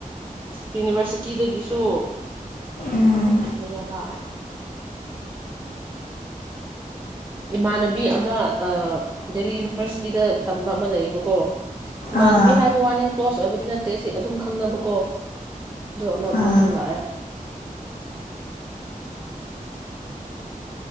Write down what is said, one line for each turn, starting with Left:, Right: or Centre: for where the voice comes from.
Right: ꯌꯨꯅꯤꯚꯔꯁꯤꯇꯤꯗꯒꯤꯁꯨ
Left: ꯎꯝ
Right: ꯌꯥꯝ ꯂꯥꯛꯑꯦ ꯏꯃꯥꯟꯅꯕꯤ ꯑꯃ ꯗꯦꯜꯂꯤ ꯌꯨꯅꯤꯚꯔꯁꯤꯇꯤꯗ ꯇꯝꯕ ꯑꯃ ꯂꯩꯌꯦꯕꯀꯣ ꯏꯃꯥꯟꯅꯕꯤ
Left: ꯑꯥ
Right: ꯍꯥꯏꯕ ꯋꯥꯅꯤ ꯀ꯭ꯂꯣꯁ ꯑꯣꯏꯕꯗꯤ ꯅꯠꯇꯦ ꯁꯤ ꯑꯗꯨꯝ ꯈꯪꯅꯕꯀꯣ ꯑꯗꯨ ꯑꯃ
Left: ꯑꯥ
Right: ꯃꯥꯁꯨ ꯂꯥꯛꯑꯦ